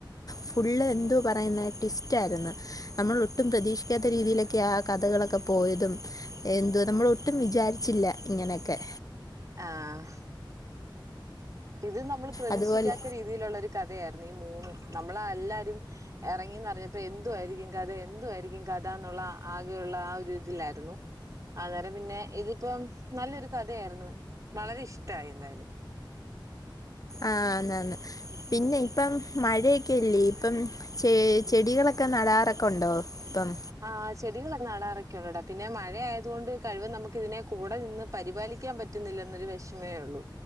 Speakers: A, on the left; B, on the right.
A: ഫുള്ള് എന്തു പറയുന്ന ടിസ്റ്റായിരുന്നു നമ്മൾ ഒട്ടും പ്രതീക്ഷിക്കാത്ത രീതിയിലൊക്കെ ആ കഥകളൊക്കെ പോയതും എന്തു നമ്മളൊട്ടും വിചാരിച്ചില്ല ഇങ്ങനെയൊക്കെ
B: ആഹ് ഇത് നമ്മൾ പ്രതീക്ഷിക്കാത്ത
A: അതുപോലെ
B: രീതി തിയിലുള്ള ഒരു കഥയായിരുന്നു ഈ മൂന്ന് നമ്മളല്ലാരും എറങ്ങിന്നറിഞ്ഞപ്പോ എന്തു ആയിരിക്കും കഥ എന്തു ആയിരിക്കും കഥാന്നുള്ള ആകെയുള്ള ആ ഒരു ഇതിലായിരുന്നു അന്നേരം പിന്നെ ഇതിപ്പം നല്ലൊരു കഥയായിരുന്നു വളരെ ഇഷ്ടായി എന്തായാലും
A: ആന്ന് ആന്ന് പിന്നെ ഇപ്പം മഴയൊക്കെല്ലേ ഇപ്പം ചേ ചെടികളൊക്കെ നടാറൊക്കെ ഉണ്ടോ ഇപ്പം
B: ആഹ് ചെടികളൊക്കെ നടാറൊക്കണ്ടടാ പിന്നെ മഴായതു കൊണ്ട് കഴിവ് നമുക്ക് ഇതിനെ കൂടെ നിന്ന് പരിപാലിക്കാൻ പറ്റുന്നില്ല എന്നൊരു വിഷമേ ഒള്ളൂ